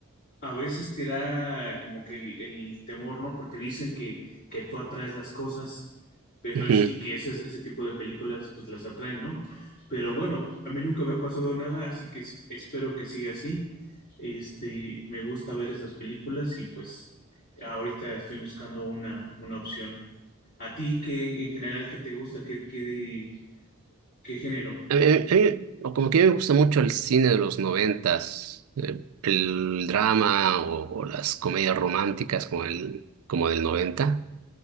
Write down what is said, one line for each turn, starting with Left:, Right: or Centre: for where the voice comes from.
Left: a veces te da como que el, el temor, ¿no? Porque dicen que, que tú atraes las cosas, pero
Right: Ujú.
Left: <laughs> y que ese, ese tipo de películas pues las atraen, ¿no? Pero bueno, a mí nunca me ha pasado nada, así que es- espero que siga así. Este, me gusta ver esas películas y pues ahorita estoy buscando una, una opción. ¿A ti qué en general qué te gusta? ¿Qué, qué, qué género?
Right: A mí, a mí- o como que me gusta mucho el cine de los noventas, eh, el drama o, o las comedias románticas como el, como del noventa.